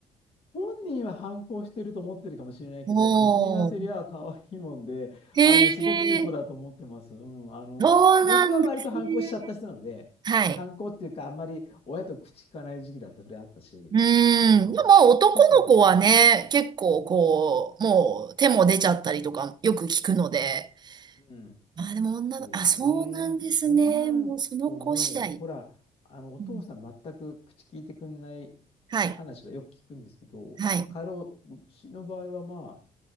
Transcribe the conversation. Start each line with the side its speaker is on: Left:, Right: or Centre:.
Left: 本人は反抗してると思ってるかもしれないけど、
Right: おー。
Left: 僕に言わせりゃ可愛いもんで、
Right: へえ、
Left: あの、すごくいい子だと思ってます。うん。あの、
Right: そうなんですね。
Left: 僕は割と反抗しちゃった人なので、
Right: はい。
Left: 反抗っていうか、あんまり親と口聞かない時期だってそれあったし、
Right: うーん。
Left: うん。
Right: でも男の子はね、
Left: 特に、
Right: 結構こう、
Left: うん。
Right: もう手も出ちゃったりとかよく聞くので。
Left: うん
Right: まあでも女の、
Left: そうね。
Right: あ、そうなんですね。
Left: 女の子も、
Right: もうその子次第。
Left: ほら、あの、お父さん全く口聞いてくんない
Right: うんはい。
Left: 話はよく聞くんですけど、
Right: はい。
Left: 彼を、うちの場合はまあ、